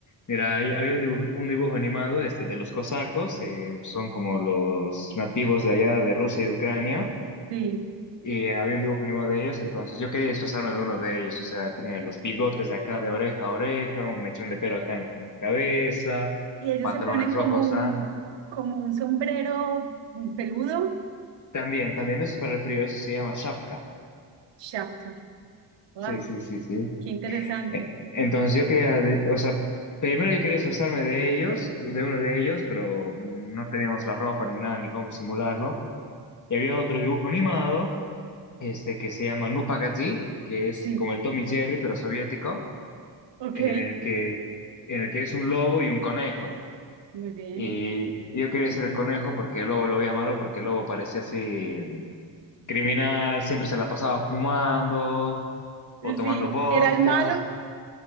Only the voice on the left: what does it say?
mira, hay- había un dibujo, un dibujo animado, este, de los cosacos, eh, son como los nativos de allá de Rusia y de Ucrania.
Y había un dibujo animado de ellos, entonces yo quería disfrazarme de uno de ellos. O sea, tenía los bigotes de acá de oreja a oreja, un mechón de pelo acá en la cabeza,
pantalones
rojos.
ah.
También, también eso es para el frío, eso se llama shapka.
Sí, sí, sí, sí.
Eh, Entonces yo quería, de- o sea, primero yo quería disfrazarme de ellos, de uno de ellos, pero no teníamos la ropa ni nada, ni cómo simularlo. Y había otro dibujo animado, este, que se llama Nupagazí, que es
este, como el Tom y Jerry, pero soviético.
en el que, en el que es un lobo y un conejo.
Y yo quería ser el conejo porque el lobo lo veía malo, porque el lobo parecía así criminal, siempre se la pasaba fumando o tomando
vodka,